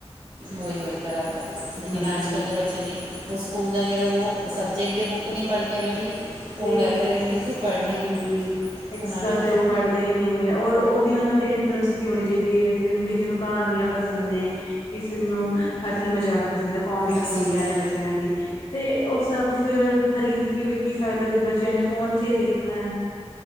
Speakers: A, on the right; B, on the left.
A: ੳਹੀ ੳਹੀ ਬਰਾਬਰ, ਲੇਕਿਨ
B: ਹਾਂਜੀ।
A: ਅੱਜ ਕੱਲ ਦੇ ਬੱਚੇ ਨਈ ਉਸ ਸਕੂਲ ਦਾ ਜਿਹੜੇ ਉਹ ਸਬਜੈਕਟ ਦੇ ਬੁੱਕ ਨਹੀਂ ਪਢ਼ ਕੇ ਰੈਡੀ
B: ਸਹੀ
A: ਉਹ ਲਾਇਬ੍ਰੇਰੀ
B: ਗੱਲ ਏ,
A: ਦੀ ਕਿੱਥੇ ਪੜ੍ਹਨੀ
B: ਹਾਂਜੀ। ਐਕਸਟਰਾ
A: ਉਹਨਾਂ ਨੇ
B: ਤੇ ਉਹ ਪਢ਼ ਨਹੀ ਨਹੀਂ ਔਰ ਉਹ ਵੀ ਉਹਨਾਂ ਦੇ ਇੰਟਰਸਟ ਦੀ ਹੋਣੀ ਚਾਹੀਦੀ ਹੈ। ਜਿਨ ਕੂ ਜਿਨੂ ਕਹਾਨੀਆਂ ਪਸੰਦ ਨੇ, ਕਿਸੇ ਨੂੰ ਹਸੀ ਮਜ਼ਾਕ ਪਸੰਦ ਏ, ਕੋਮਿਕ
A: ਹਸੀ
B: ਹੁੰਦੀਆਂ
A: ਮਜ਼ਾ
B: ਨੇ ਬੱਚੇ ਬੱਚਿਆਂ ਦੀ, ਤੇ ਉਹ ਸਭ ਫੇਰ ਖ਼ਰੀਦ ਕੇ ਵੀ ਕੀ ਫਾਇਦਾ, ਜਦ ਬੱਚਿਆਂ ਨੇ ਫੋਨ ਚ ਹੀ ਦੇਖਣਾ ਏ।